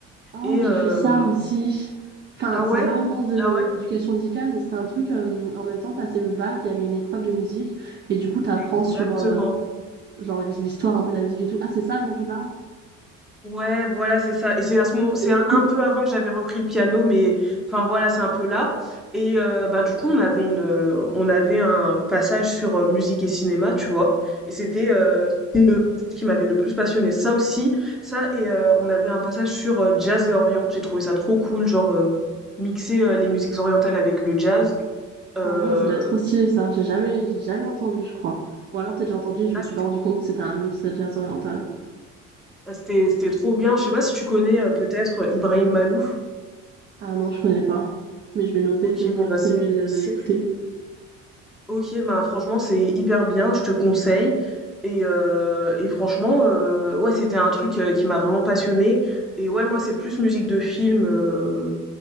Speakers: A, on the right; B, in the centre.
A: Oh,
B: Et hem
A: j'ai fait ça aussi. Enfin,
B: ah
A: c'était
B: ouais?
A: pas vraiment de
B: Ah ouais?
A: l'éducation musicale, mais c'était un truc, euh, en même temps de passer le bac, il y avait une épreuve de musique, et du coup, t'apprends
B: Exactement.
A: sur, euh, genre, l'his- l'histoire un peu de la musique et tout. Ah, c'est ça dont tu parles?
B: Ouais, voilà, c'est ça et c'est à ce moment c'est
A: C'est ouf.
B: un un peu avant que j'avais repris le piano mais enfin,
A: Ouais.
B: voilà, c'est un peu là et heu, bah, du coup, on avait une, heu, on avait un passage sur, heu, musique et cinéma, tu vois? Et c'était,
A: Mm.
B: heu, c'était le ce qui m'avait le plus passionné Ça aussi, ça et heu, on avait un passage sur, heu, jazz et orient. J'ai trouvé ça trop cool, genre, heu, mixer, heu, les musiques orientales avec le jazz, heu,
A: Ah ouais, ça doit être trop stylé, ça. J'ai jamais, j'ai jamais entendu, je crois. Ou alors peut-être j'ai entendu et je
B: ah,
A: me suis pas rendu compte que c'était un mix euh, jazz oriental.
B: Ah, C'était, c'était trop bien. Je sais pas si tu connais euh, peut-être euh, Ibrahim Malouf.
A: Ah non, je connais pas. Mais je vais noter,
B: Ok,
A: peut-être je
B: bon bah
A: j'essaierai
B: c'est, c'est-
A: d'aller écouter.
B: ok bah franchement c'est hyper bien. Je te conseille. Et, euh, et franchement, euh, ouais, c'était un truc euh, qui m'a vraiment passionnée. Et ouais, moi c'est plus musique de film. euh,